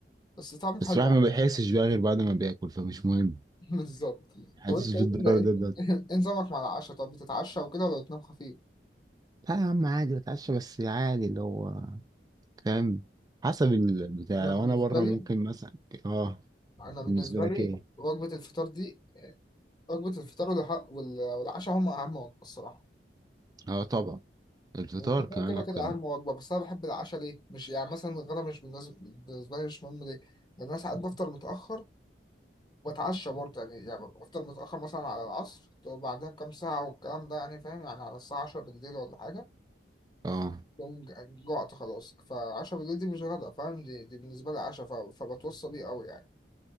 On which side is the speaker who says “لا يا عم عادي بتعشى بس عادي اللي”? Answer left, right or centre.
Right